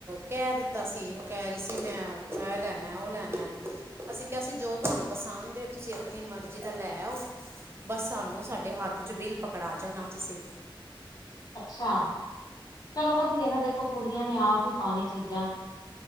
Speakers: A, on the right; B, on the left.
A: ਕੈ ਦਿੱਤਾ ਸੀ ਓ ਕੈ ਰੀ ਸੀ ਮੈਂ ਐ ਲੈਨਾ ਓ ਲੈਨਾ। ਅਸੀ ਕਿਆ ਸੀ ਜੋ ਤਾਨੂੰ ਪਸੰਦ ਏ ਤੁਸੀ ਆਪਣੀ ਮਰਜੀ ਦਾ ਲੈ ਆਓ। ਬਸ ਸਾਨੂੰ ਸਾਡੇ ਹੱਥ ਚ ਬਿੱਲ ਪਕੜਾ ਜਾਣਾ ਤੁਸੀ।
B: ਅੱਛਾ ਚਲੋ ਵਧੀਆ ਨਾ ਦੇਖੋ ਕੁੜੀਆਂ ਨੇ ਆਪ ਈ ਪਾਨੀ ਚੀਜਾਂ।